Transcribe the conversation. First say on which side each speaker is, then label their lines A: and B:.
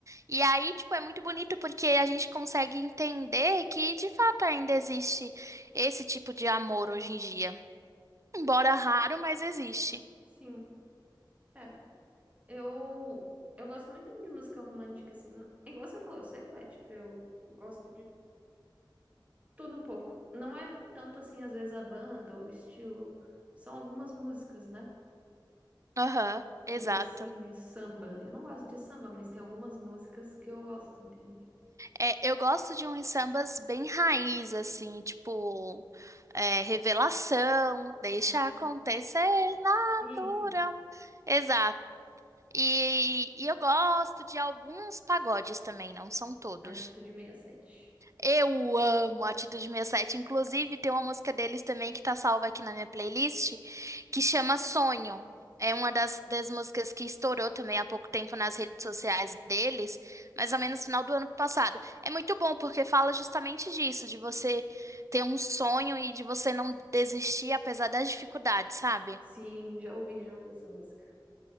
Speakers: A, on the right; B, on the right.
A: E aí, tipo, é muito bonito porque a gente consegue entender que de fato ainda existe esse tipo de amor hoje em dia. Embora raro, mas existe.
B: Sim. É. Eu. Eu gosto muito de música romântica, assim. É Igual você falou, eu sou eclética. Eu gosto de Tudo um pouco. Não é tanto assim, às vezes, a banda ou o estilo. São algumas músicas, né?
A: Aham, exato.
B: Tipo assim, samba. Eu não gosto de samba, mas tem algumas músicas que eu gosto, entende?
A: É, eu gosto de uns sambas bem raiz, assim, tipo, é, revelação, deixa
B: Hum,
A: acontecer natural.
B: Sim, sim.
A: Exato. E, e eu gosto de alguns pagodes também, não são todos.
B: Atitude sessenta e sete
A: Eu amo a Atitude 67. Inclusive, tem uma música deles também que tá salva aqui na minha playlist, que chama Sonho. É uma das, das músicas que estourou também há pouco tempo nas redes sociais deles, mais ou menos no final do ano passado. É muito bom porque fala justamente disso, de você ter um sonho e de você não desistir apesar das dificuldades, sabe?
B: Sim, já ouvi, já ouvi essa música.